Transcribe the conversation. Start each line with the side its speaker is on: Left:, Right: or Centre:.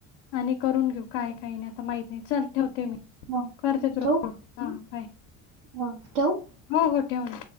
Left: आणि करून घेऊ काय काही नाही आता माहित नाही चल ठेवते मी.
Right: ह
Left: करते तुला
Right: ठेऊ
Left: फोन.
Right: का,
Left: हा बाय
Right: हा. ठेवू?
Left: हो हो ठेवून